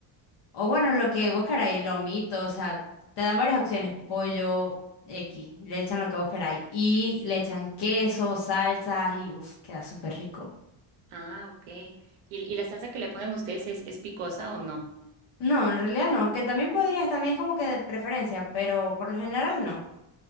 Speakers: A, on the left; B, on the right.
A: o bueno, lo que vos queráis, lomito, o sea, te dan varias opciones, pollo, X, le echan lo que vos queráis. Y le echan queso, salsas y uff, queda súper rico.
B: Ah, ok. ¿Y, y la salsa que le ponen ustedes es, es picosa o no?
A: No, en realidad no, que también podrías, también es como que de preferencia, pero por lo general no.